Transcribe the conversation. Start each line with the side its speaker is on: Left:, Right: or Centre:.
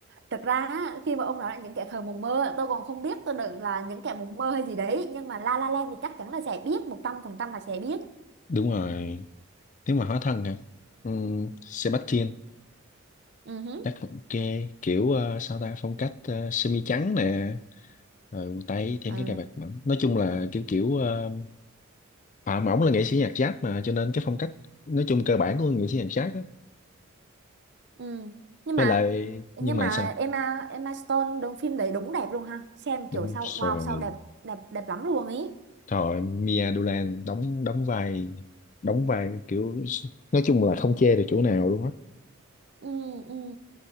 Right: thực ra á, khi mà ông nói là những kẻ khờ mộng mơ tôi còn không biết tôi đừng là những kẻ mộng mơ hay gì đấy nhưng mà La La Land thì chắc chắn là sẽ biết một trăm phần trăm là sẽ biết
Left: đúng rồi nếu mà hóa thân hả ừ, Sebastian
Right: ừ. hứ.
Left: chắc cũng ok kiểu ờ, sao ta phong cách ờ, semi trắng nè rồi quần tây thêm
Right: Ờ,
Left: cái cài vạt mỏng nói chung là kiểu kiểu ờ, à mà ổng là nghệ sĩ nhạc jazz mà cho nên cái phong cách nói chung cơ bản của nghệ sĩ nhạc jazz á
Right: ừ. nhưng
Left: với
Right: mà
Left: lại
Right: nhưng
Left: nhưng mà
Right: mà
Left: sao
Right: Emma Emma Stone đóng phim đấy đúng đẹp luôn ha xem
Left: đúng
Right: kiểu sao wow
Left: rồi
Right: sao đẹp đẹp đẹp lắm luôn ý
Left: thôi Mia Dolan đóng đóng vai đóng vai kiểu nói chung là không chê được chỗ nào luôn á
Right: Ừ, ừ.